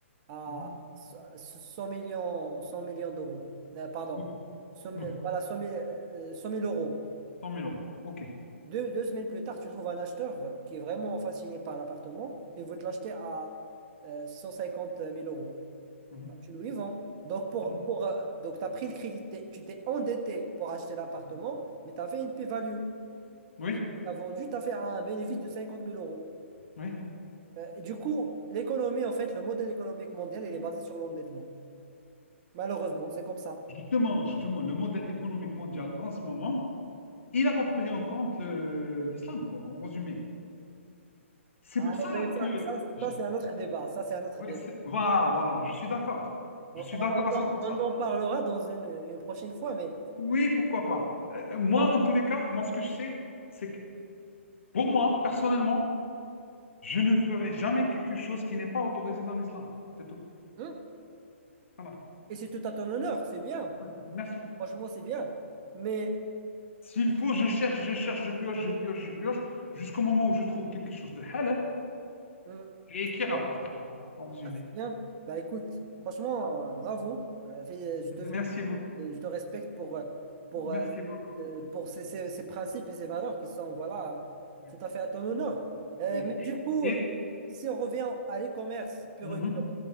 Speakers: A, on the right (about 35°); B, on the left (about 65°).
A: à
B: Mhm.
A: so- so, 100 millions, 100 millions d'euros. Euh, pardon.
B: Ouh,
A: 100 000
B: bon,
A: voilà, cent mille euh, 100 000 euros.
B: 100 000 euros. OK.
A: Deux, deux semaines plus tard, tu trouves un acheteur qui est vraiment fasciné par l'appartement et veut te l'acheter à euh, 150 000 euros.
B: Mhm.
A: Bah, tu lui vends. Donc, pour,
B: Mhm.
A: pour, euh, donc tu as pris le crédit, t'es- tu t'es endetté pour acheter l'appartement,
B: Mhm.
A: mais tu as fait une plus-value.
B: Oui,
A: Et tu as vendu, tu as fait un bénéfice de 50 000 euros.
B: oui.
A: Euh, et du coup, l'économie, en fait, le modèle économique mondial, il est basé sur l'endettement. Malheureusement, c'est comme ça.
B: Justement, justement, le modèle économique mondial en ce moment, il n'a pas pris en compte le- l'islam, quoi, en résumé. C'est
A: Ah,
B: pour ça
A: ouais, ça,
B: que...
A: ça,
B: je-
A: ça, c'est un autre débat. Ça, c'est un autre
B: oui,
A: débat.
B: c'est- voilà, voilà, je suis d'accord. Je
A: On,
B: suis
A: on-
B: d'accord à
A: on
B: cent
A: en
B: pour
A: on
B: cent.
A: en parlera dans une, une prochaine fois, mais...
B: Oui, pourquoi pas. Euh, moi,
A: bon,
B: en tous les cas, moi, ce que je sais, c'est que pour moi, personnellement, je ne ferai jamais quelque chose qui n'est pas autorisé dans l'islam. C'est tout.
A: Hein
B: Voilà.
A: Et c'est tout à ton honneur, c'est bien.
B: Ouais, merci.
A: Franchement, c'est bien. Mais
B: S'il faut, je cherche, je cherche, je pioche, je pioche, je pioche, jusqu'au moment où je trouve quelque chose de halal
A: hein,
B: et
A: c'est
B: qui rapporte.
A: bien.
B: Voilà, en résumé.
A: c'est bien. Bah écoute, franchement, euh, bravo. Euh, fé- je
B: Merci
A: te félicite
B: beaucoup.
A: et je te respecte pour, euh, pour,
B: Merci
A: euh,
B: beaucoup.
A: euh, pour ces, ces- ces principes et ces valeurs qui sont, voilà,
B: Oui.
A: tout à fait à ton honneur. Euh,
B: Oui.
A: mais
B: Et,
A: du coup,
B: et-
A: si on revient à l'e-commerce pur
B: Mhm,
A: et dur,